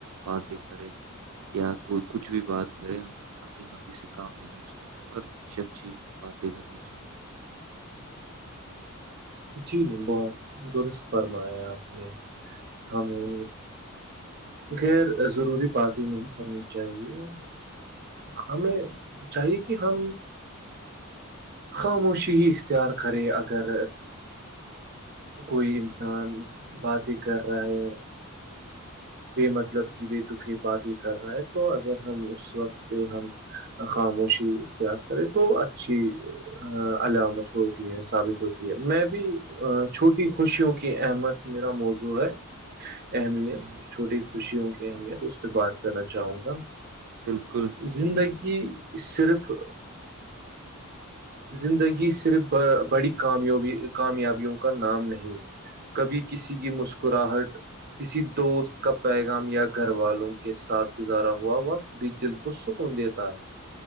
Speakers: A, on the right; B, on the right.
A: باتیں کرے یا کوئی کچھ بھی بات کرے ہمیں عقللمندی سے کام لینا چاہیے اور اچھی اچھی باتیں کرنی چاہیے <inaudible>
B: جی جی بہت درست فرمایا آپ نے ہمیں خیر ضروری بات ہی نہیں کرنی چاہیے ہمیں چاہیے کہ ہم خاموشیی اختیار کرے اگر کوئی انسان بات ہی کر رہا ہے پ مطلب کہ بے دکی باتیں کر رہا ہے تو اگر ہم اس وقت پہ ہم <unintelligible> خاموشی اختیار کرے تو اچھی علامت ہوتی ہے ثابت ہوتی ہے میں بھی چھوٹی خوشیوں کی احمد میرا موضو ہے اہمیت
A: ہوں
B: چھوٹی خوشیوں کی اہمیت اس پہ بات کرنا چاہوں گا
A: بالکل
B: زندگی صرف زندگی صرف بڑی کامبی کامیابیوں کا نام نہیں کبھی کسی کی مسکراہٹ کسی دوست کا پیغام یا گھر والوں کے ساتھ گزارا ہوا وقت بھی دل کو سکون دیتا ہے